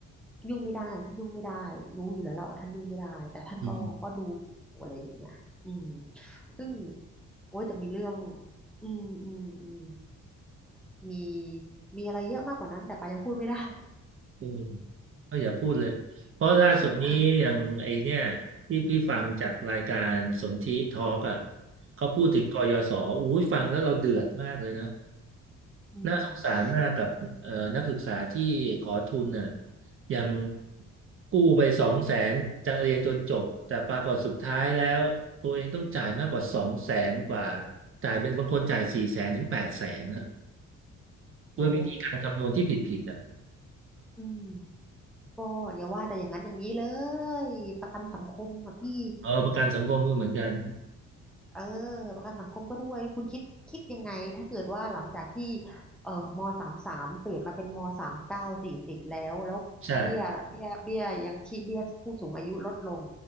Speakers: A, in the centre; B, on the right.
A: ยุ่งไม่ได้ท่านยุ่งไม่ได้รู้อยู่แล้วแหละว่าท่านยุ่งไม่ได้แต่ท่านก็ก็ดูอยู่อะไรอย่างเงี้ยอืม
B: อืม
A: ซึ่งโอ๊ยแต่มีเรื่องอืมอืมอืมมีมีอะไรเยอะมากกว่านั้นแต่ปายังพูดไม่ได้
B: อืมก็อย่าพูดเลยเพราะล่าสุดนี้อย่างไอเนี่ยที่พี่ฟังจากรายการสนธิทอล์กอ่ะ
A: <laughs>
B: เขาพูดถึงกยศอู้ยฟังแล้วเราเดือดมากเลยนะ
A: อืมอืม
B: น่าสงสารมากกับเอ่อนักศึกษาที่ขอทุนน่ะยังกู้ไปสองแสนจะเรียนจนจบแต่ปรากฏสุดท้ายแล้วตัวเองต้องจ่ายมากกว่าสองแสนกว่าจ่ายเป็นบางคนจ่ายสี่แสนถึงแปดแสนนะ
A: โอ้
B: ด้วยวิธีการคำนวณที่ผิดผิดอ่ะ
A: อืมก็อย่าว่าแต่อย่างนั้นอย่างนี้เลยประกันสังคมอ่ะพี่
B: เออประกันสังคมก็เหมือนกัน
A: เออประกันสังคมก็ด้วยคุณคิดคิดยังไงถ้าเกิดว่าหลังจากที่เออมสามสามเปลี่ยนมาเป็นมสามเก้าสี่สิบแล้วแล้วเบี้ยเบี้ยเบี้ยยังคีดเบี้ยผู้สูงอายุลดลง
B: ใช่